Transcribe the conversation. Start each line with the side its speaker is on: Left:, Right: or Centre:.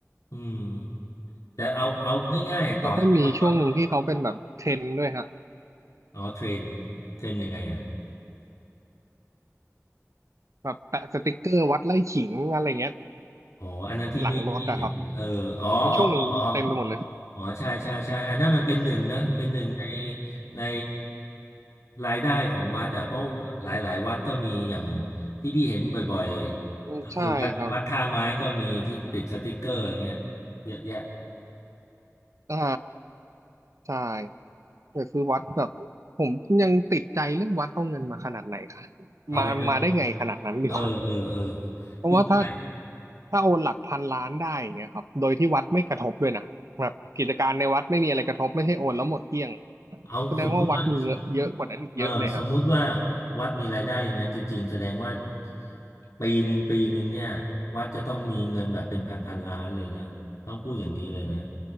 Left: อืมแต่เอาเอาง่ายๆต่อให้ไม่ต้องฟัง
Right: แล้วก็มีช่วงหนึ่งที่เขาเป็นแบบเทรนด์ด้วยฮะ
Left: อ๋อเทรนเทรนยังไงอ่ะ
Right: แบบแปะสติกเกอร์วัดไล่ขิงอะไรเงี้ย
Left: อ๋ออันนั้นพี่ไม่ไม่เห็นเอออ๋ออ๋ออ๋อ
Right: หลังรถอะครับมีช่วงหนึ่งเต็มไปหมดเลย
Left: อ๋อใช่ใช่ใช่อันนั้นมันเป็นหนึ่งนะเป็นหนึ่งในในรายได้ของวัดอ่ะเพราะหลายหลายวัดก็มีอย่างที่พี่เห็นบ่อยๆก็คือวัดวัดท่าไม้ก็มีที่ติดสติกเกอร์อย่างเงี้ย
Right: อืมใช่ครับ
Left: เยอะแยะ
Right: อ่าใช่ แต่คือวัดแบบผมยังติดใจเรื่องวัดเอาเงินมาขนาดไหนคะ
Left: เอาไปจน
Right: มามาได้ไงขนาดนั้นดีกว่า
Left: เออเออเออ
Right: เพราะว่าถ้า
Left: พี่ก็ไป
Right: ถ้าโอนหลักพันล้านได้อย่างเงี้ยครับโดยที่วัดไม่กระทบด้วยนะแบบกิจการในวัดไม่มีอะไรกระทบไม่ใช่โอนแล้วหมดเกลี้ยง
Left: เอาสมมุติว่า
Right: แสดงว่าวัดมีเงินเยอะกว่านั้นอีกเยอะเลยฮะ
Left: เออสมมุติว่าวัดมีรายได้อย่างนั้นจริงๆแสดงว่าปีหนึ่งปีหนึ่งเนี่ยวัดจะต้องมีเงินแบบเป็นพันพันล้านเลยนะต้องพูดอย่างนี้เลยนะ